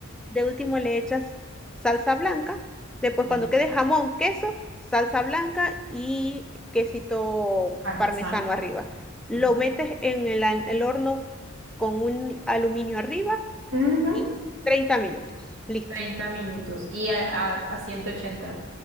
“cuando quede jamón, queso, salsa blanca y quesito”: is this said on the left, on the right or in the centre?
Centre